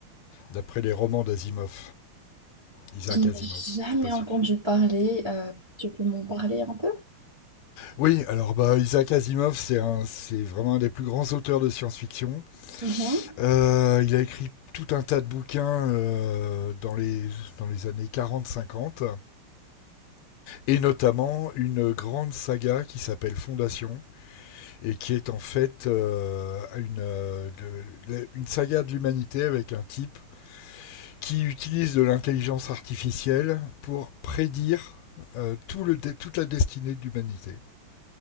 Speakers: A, on the left; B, on the right.
A: d'après les romans d'Asimov. Isaac
B: Je n'ai
A: Asimov,
B: jamais
A: je sais pas si.
B: entendu parler. euh, tu peux m'en parler un peu?
A: Oui, alors bah Isaac Asimov, c'est un, c'est vraiment un des plus grands auteurs de science-fiction.
B: Mhm.
A: Euh, il a écrit tout un tas de bouquins euh, dans les dans les années 40-50. Et notamment une grande saga qui s'appelle Fondation et qui est en fait euh, une, euh, de- une saga de l'humanité avec un type qui utilise de l'intelligence artificielle pour prédire euh, tout le dé- toute la destinée de l'humanité.